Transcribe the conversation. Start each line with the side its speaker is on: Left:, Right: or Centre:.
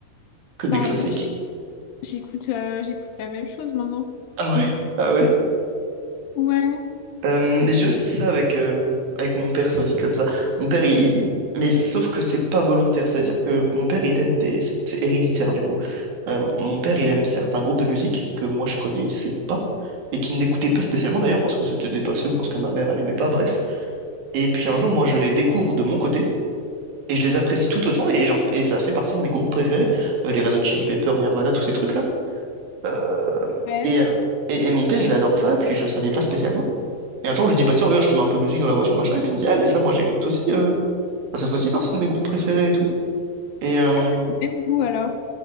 Right: Que
Left: Bah,
Right: des classiques.
Left: moi, j'ai- j'écoute euh, j'écoute la même chose maintenant.
Right: Ah ouais? Ah ouais?
Left: Ouais,
Right: Euh, mais j'ai aussi ça avec, euh, avec mon père, c'est aussi comme ça. Mon père, il... il- Mais sauf que c'est pas volontaire, c'est-à-dire que mon père, il aime des... C'est c'est héréditaire, du coup. Euh, mon mon père, il aime certains groupes de musique que moi, je connaissais pas et qu'il n'écoutait pas spécialement, d'ailleurs, parce que c'était dépassé ou parce que ma mère, elle aimait pas, bref. Et puis un jour, moi, je les découvre de mon côté et je les apprécie tout autant et, j'en... fais- et ça fait partie de mes groupes préférés, euh, les Red Hot Chili Peppers, Nirvana, tous ces trucs-là. Euh,
Left: ouais.
Right: Et, et, et mon père, il adore ça, puis je le savais pas spécialement. Et un jour, je lui dis, bah tiens, regarde, je te mets un peu de musique dans la voiture, machin. Et puis il me dit, ah, mais ça, moi, j'écoute aussi. Euh... Enfin, ça fait aussi partie de mes groupes préférés et tout. Et, euh,
Left: Ah, ouais, même goût alors.